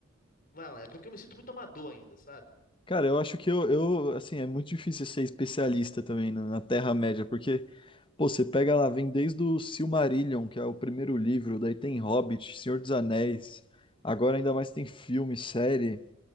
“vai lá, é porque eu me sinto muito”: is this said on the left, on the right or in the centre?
Left